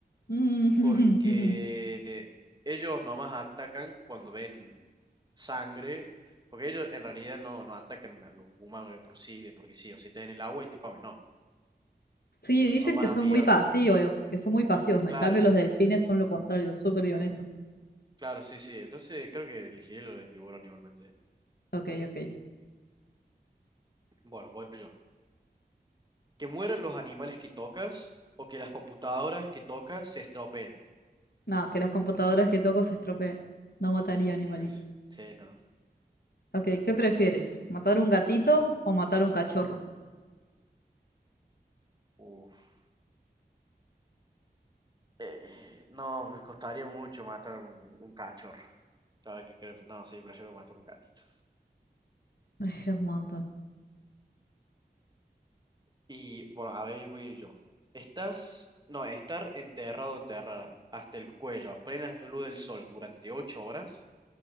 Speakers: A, on the left; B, on the right.
A: Mm,
B: Porque
A: <laughs>
B: ellos nomás atacan cuando ven sangre. Porque ellos en realidad no, no atacan a los humanos de por sí, de porque sí, o si te en el agua y te comen, no.
A: Sí, dicen
B: Son más
A: que son
B: amigables.
A: muy pasivos, que son muy pasivos.
B: Claro,
A: En cambio, los delfines son lo contrario, súper violentos.
B: Claro, sí, sí. Entonces creo que elegiré lo de tiburón igualmente. ¿eh?
A: Ok, ok.
B: Bueno, voy yo. Que mueran los animales que tocas o que las computadoras que tocas se estropeen.
A: No, que las computadoras que toco se estropeen. No mataría
B: Sí,
A: animalitos.
B: mil veces. Sí, no. no.
A: Ok, ¿qué prefieres? ¿Matar un gatito o matar un cachorro?
B: Uf. Eh, eh, no, me costaría mucho matar un, un cachorro. Claro que creo- No, sí, prefiero matar un gatito.
A: <laughs> Ay, Es un montón.
B: Y bueno, a ver, voy yo. Estás. No, estar enterrado o enterrada hasta el cuello a plena luz del sol durante ocho horas